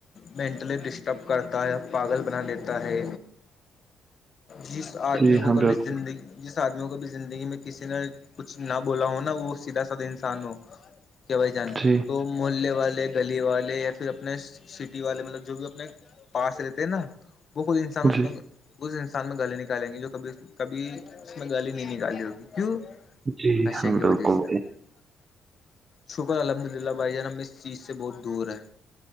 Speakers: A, on the left; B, on the right.
A: مینٹلی ڈسٹرب کرتا ہے پاگل بنا لیتا ہے جس آدمی
B: جی
A: کو
B: ہاں
A: کبھی
B: بالکل
A: زندگی جس آدمیوں کو بھی زندگی میں کسی نے کچھ نہ بولا ہو نا وہ سیدھا ساادا انسان ہو کہ بائی جان
B: جی
A: تو محلے والے گلی والے یا پھر اپنے سٹی والے مطلب جو بھی اپنے پاس لیتے ہیں نا بہت انسان اس
B: جی
A: میں اس انسان میں گال نکالیں گی جو کبھی کبھی اس میں گالی نہیں نکالی ہوگی کیوں
B: جی
A: بس
B: ہاں
A: کی
B: بالکل
A: ب دیس <unintelligible>
B: بھائی
A: شکر الحمد للہ بھائی جان ہم اس چیز سے بہت دور ہیں